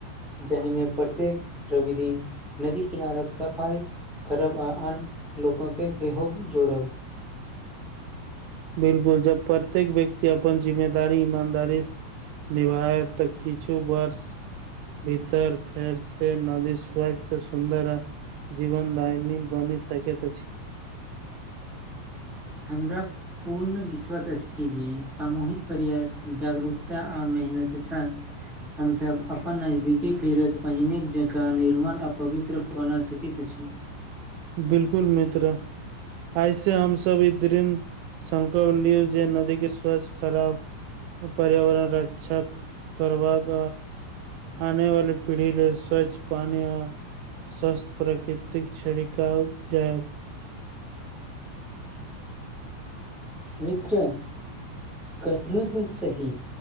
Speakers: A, in the centre; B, on the right.
A: जाहिमे प्रत्येक रवि दिन नदी किनारक सफाइ करब आ आन लोक के सेहो जोड़ब
B: बिल्कुल जब प्रत्येक व्यक्त अपन जिम्मेदारी इमानदारी निभायत त किछु वर्ष भीतर फेर से नदी स्वच्छ स सुन्दर है जीवनदायनी बनी सकैत अछि
A: हमरा पूर्ण विश्वास अछि जे सामूहिक प्रयास जागरूकता आ मेहनत सँ हमसभ अपन नजदीकी फेरस पहिने जकाँ निर्मल आ पवित्र बना सकैत अछि
B: बिलकुल मित्र आयसे हमसब इ दृिन संकल्प लिय जे नदी के स्वच्छ करब पर्यावरण रक्षा करबाक आने वाली पीढ़ी लेल स्वच्छ पानी आ स्वस्थ प्राकृतिक छड़िका जायब
A: मित्र कहलो एकदम सही